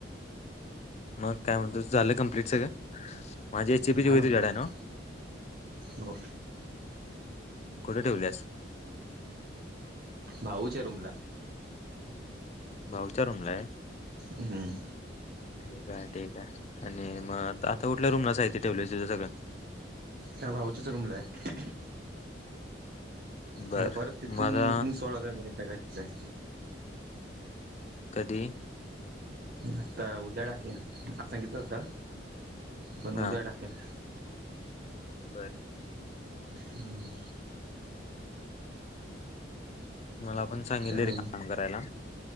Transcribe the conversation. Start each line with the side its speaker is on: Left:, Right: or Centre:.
Left: मग काय म्हणतो? झालं कम्प्लीट सगळं? माझी एच ए पी
Right: झालं
Left: ची वही
Right: कम्प्लीट
Left: तुझ्याकडे आहे नव्ह?
Right: हो
Left: कुठे ठेवल्यास?
Right: भाऊच्या रूम
Left: भाऊच्या रूमला आहे.
Right: हम्म.
Left: ठीक आहे. ठीक आहे. आणि मग आता कुठल्या रूमला साहित्य ठेवलंयस तुझं सगळं?
Right: त्या भाऊच्याच रूमला आहे.
Left: बर
Right: मला परत तिथून
Left: मला
Right: सोळा हजार <unintelligible> टाकायच आहे.
Left: कधी?
Right: आता उद्या टाकेन. आज सांगितलं होत, पण
Left: हा
Right: उद्या टाकेन.
Left: बर.
Right: हम्म.
Left: मला पण सांगितले
Right: काय
Left: रे काम करायला.